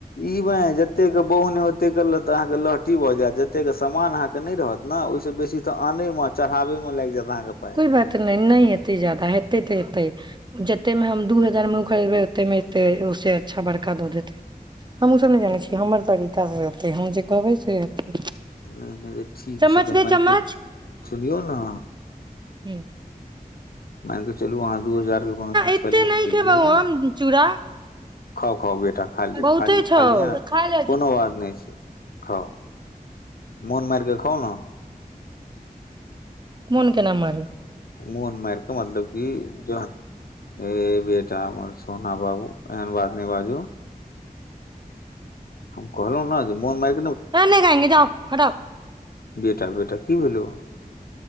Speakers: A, on the left; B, on the right.
A: ई बाइह जते के बहु ने ओते ततेक क लऽ तऽ अहाँके लहटी भऽ जायत जतेक समान अहाँके नहि रहत ने ओहिसँ बेसी तऽ आनयमे चढ़ाबै मे लागि जायत अहाँके पाय
B: कोइ बात नइ नइ एतै जादा हेतै तऽ हेतै जते मे हम दू हजार मे खरीदबै ओते मे एतै उहो से अच्छा बड़का दऽ देते हम ओ सब ने जानै छी हमर तरीका से हते हम जे कहबै से हेतै
A: नहि नहि तऽ ठीक
B: चम्मच
A: छै तऽ
B: दे
A: मनकेऽ
B: चम्मच
A: सुनियौ ने
B: ह्म
A: नहि चलू अहाँ दू हजार के कोनो चीज
B: एते
A: सेलेक्ट
B: नहि
A: कियै
B: खेबौ हम चूड़ा
A: खा खा बे ने
B: बहुते छौ खा जा
A: कोनो बात नहि छै खा मोन मारिके खा ने
B: मन केना मार
A: मून मारक मतलब क जो ह बे र छोना बाबू एन बात न बाजू हम कहलहु ने जे मोन माय
B: रहने खएंगे जाउ हटा
A: बेटा बेटा की भेलल